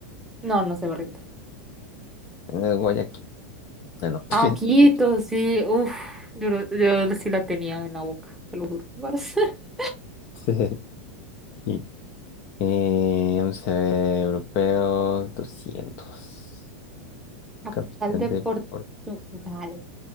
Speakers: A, in the centre; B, on the left.
A: no, no se me rindo.
B: eh, Guayaquil. Ah, no. <laughs>
A: Ah, Quito,
B: Quito.
A: sí. Uf, yo, lo- yo sí la tenía en la boca, te lo juro. <laughs>
B: <laughs> Sí. Eh, vamos a ver, europeos 200.
A: Capital
B: Capital
A: de
B: de
A: Portugal.
B: Por-